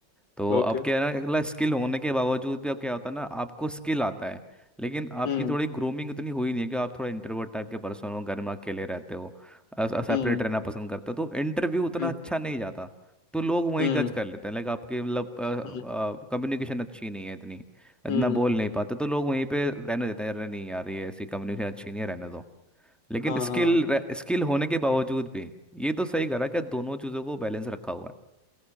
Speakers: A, in the centre; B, on the left.
A: तो अब
B: ओके
A: क्या है ना अगला स्किल होने के बावजूद भी अब क्या होता है ना आपको स्किल आता है लेकिन आपकी
B: हम्म
A: थोड़ी ग्रूमिंग उतनी हुई नहीं है कि आप थोड़ा इंट्रोवर्ट टाइप के पर्सन हो घर में अकेले रहते हो सेपरेट
B: हम्म
A: रहना पसंद करते हो तो इंटरव्यू उतना
B: हम्म
A: अच्छा नहीं जाता तो लोग वहीं
B: हम्म
A: जज कर लेते हैं लाइक आपके मतलब
B: हम्म
A: कम्युनिकेशन अच्छी नहीं है इतनी इतना
B: हम्म,
A: बोल नहीं पाते तो लोग वहीं पे रहने देते हैं अरे नहीं यार ये ऐसी कम्युनिकेशन अच्छी नहीं है रहने दो लेकिन
B: हाँ
A: स्किल
B: हाँ
A: स्किल होने के बावजूद भी ये तो सही करा कि दोनों चीज़ों को बैलेंस रखा हुआ है